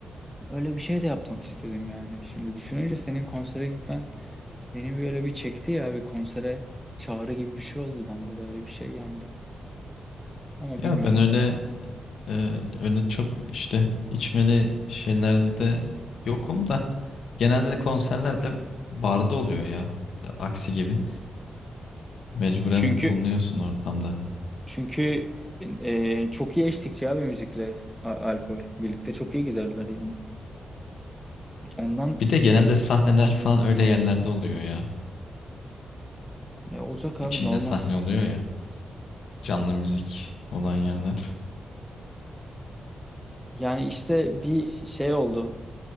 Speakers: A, in the centre; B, on the left (about 70°).
A: öyle bir şey de yapmak istedim yani. Şimdi düşününce senin konsere gitmen beni böyle bir çekti ya bir konsere çağrı gibi bir şey oldu bende de öyle bir şey yandı. Ama
B: Ya
A: bilmiyorum.
B: ben öyle e, öyle çok işte içmeli şeylerde de yokum da genelde de konserlerde barda oluyor ya. E, Aksi gibi. Mecburen
A: Çünkü
B: bulunuyorsun ortamda.
A: Çünkü e, çok iyi eşlikçi abi müzikle a- alkol. Birlikte çok iyi giderler yani. Ondan
B: Bir de genelde sahneler falan öyle yerlerde oluyor ya.
A: e, olacak
B: İçinde
A: abi normal.
B: sahne oluyor ya. Canlı müzik olan yerler.
A: Yani işte bir şey oldu.